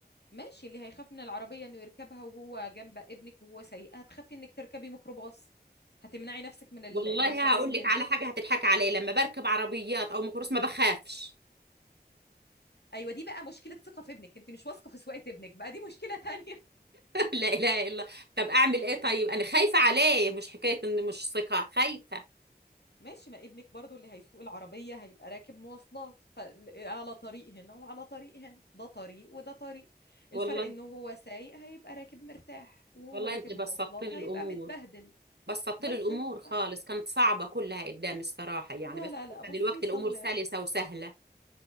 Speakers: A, on the left; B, on the right.
A: ماشي اللي هيخاف من العربية انه يركبها وهو جنب ابنك وهو سايقها هتخافي انك تركبي ميكروباص هتمنعي نفسك من ال-
B: والله
A: المشيان
B: هقول
A: من
B: لك
A: البيت
B: على حاجة هتضحك عليا لما بركب عربيات أو ميكروباص ما بخافش
A: ايوه دي بقى مشكلة ثقة في ابنك انت مش واثقة في سواقة ابنك بقى دي مشكلة تانية
B: لا اله الا طب اعمل ايه طيب انا خايفه عليه مش حكايه اني مش ثقه خايفه
A: ماشي ما ابنك برضو اللي هيسوق العربية هيبقى راكب مواصلات فعلى طريق هنا وعلى طريق هنا ده طريق وده طريق
B: والله
A: الفرق انه هو سايق هيبقى راكب مرتاح وهو
B: والله
A: راكب
B: انت بسطت
A: مواصلات
B: لي الامور
A: هيبقى متبهدل
B: بسطت
A: بس
B: لي الامور
A: ف...
B: خالص كانت صعبه كلها قدامي الصراحه يعني
A: لا
B: بس
A: لا لا بصي
B: دلوقتي
A: صلي
B: الامور سلسه
A: يعني.
B: وسهله